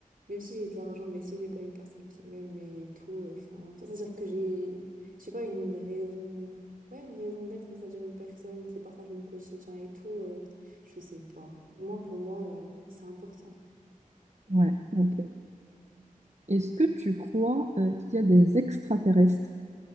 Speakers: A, on the right (about 75°); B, on the right (about 50°).
A: même si j'ai de l'argent, mais si j'ai pas une personne qui m'aime et tout, euh, enfin, enfin, c'est-à-dire que j'ai, je sais pas, une raison, ouais, une raison d'être, mais c'est-à-dire une personne qui partage mon quotidien et tout, euh, je sais pas. Moi, pour moi, euh, c'est important.
B: Ouais. Ok. Est-ce que tu crois euh, qu'il y a des extraterrestres?